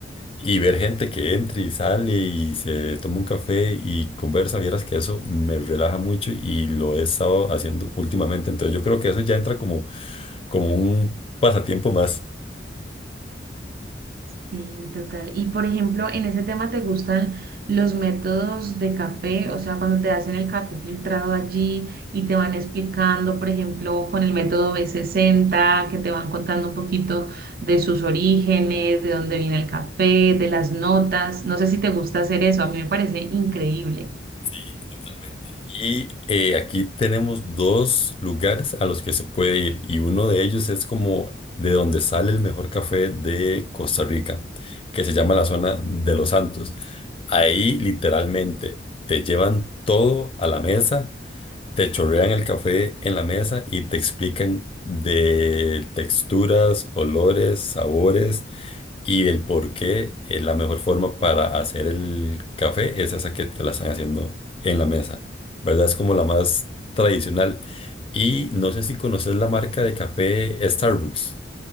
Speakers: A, on the left; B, on the right.
A: y ver gente que entra y sale y se toma un café y conversa, vieras que eso me relaja mucho y lo he estado haciendo últimamente, entonces yo creo que eso ya entra como, como un pasatiempo más.
B: Sí, total. Y por ejemplo, en ese tema te gustan los métodos de café, o sea, cuando te hacen el café filtrado allí y te van explicando, por ejemplo, con el método b sesenta que te van contando un poquito de sus orígenes, de dónde viene el café, de las notas. No sé si te gusta hacer eso, a mí me parece increíble.
A: Sí, totalmente. Y eh, aquí tenemos dos lugares a los que se puede ir y uno de ellos es como de donde sale el mejor café de Costa Rica, que se llama la zona de Los Santos. Ahí literalmente te llevan todo a la mesa, te chorrean el café en la mesa y te explican de texturas, olores, sabores y del por qué eh, la mejor forma para hacer el café es esa que te la están haciendo en la mesa, ¿verdad? Es como la más tradicional. Y no sé si conoces la marca de café Starbucks,